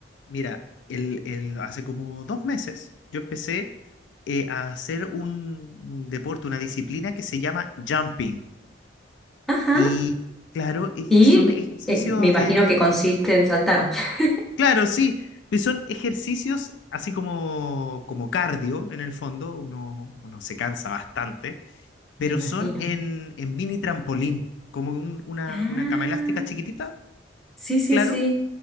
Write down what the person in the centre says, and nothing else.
Ajá,
y
eh, me imagino
que consiste en saltar. <laughs>
Me imagino.
Ah,
sí, sí,
sí,